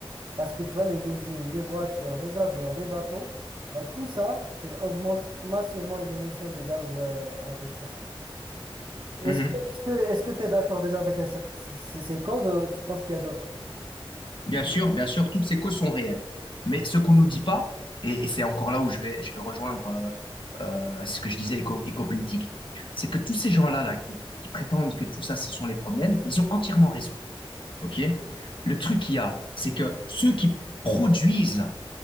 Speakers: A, on the right (about 55°); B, on the left (about 60°).
A: parce que tu vois, les usines, les voitures, les avions, les bateaux, bah, tout ça, il augmente massivement les émissions du gaz euh, à effet de serre. Est-ce
B: mhm.
A: que est-ce que est-ce que tu es d'accord déjà avec les sept- ces, ces- ces causes ou tu penses qu'il y a d'autres?
B: Bien sûr, bien sûr, toutes ces causes sont réelles. Mais ce qu'on nous dit pas, et, et c'est encore là où je vais, je vais rejoindre euh, euh, ce que je disais éco, éco-politique, c'est que tous ces gens-là là, qui, qui prétendent que tout ça, ce sont les problèmes, ils ont entièrement raison. OK? Le truc qu'il y a, c'est que ceux qui produisent